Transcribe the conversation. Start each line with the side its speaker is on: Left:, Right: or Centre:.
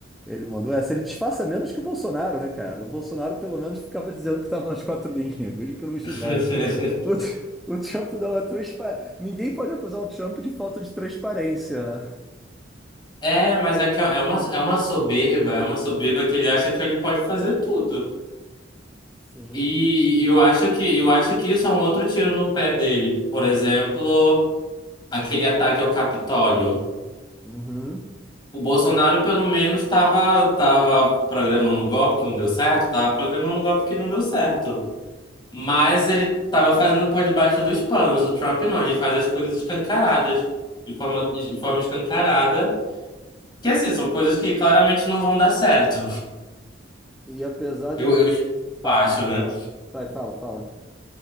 Centre: Ele mandou essa. Ele disfarça menos que o Bolsonaro, né, cara? O Bolsonaro, pelo menos, ficava dizendo que estava nas quatro linhas, <laughs> mesmo que não estivesse.
Left: <laughs>
Centre: O, Tr- o Trump dá uma transparente. Ninguém pode acusar o Trump de falta de transparência, né?
Left: É, mas é que é uma, é uma soberba, é uma soberba que ele acha que ele pode fazer tudo.
Centre: Sim.
Left: E, eu acho que eu acho que isso é um outro tiro no pé dele. Por exemplo, aquele ataque ao Capitólio.
Centre: Uhum.
Left: O Bolsonaro, pelo menos, estava tava programando um golpe que não deu certo, estava programando um golpe que não deu certo. Mas ele estava fazendo por debaixo dos panos. O Trump não, ele faz as coisas escancaradas, de forma, de forma escancarada. Que assim, são coisas que claramente não vão dar certo.
Centre: E apesar dele.
Left: Eu, eu
Centre: Tá,
Left: acho,
Centre: fala,
Left: né?
Centre: fala. Vai, fala, fala.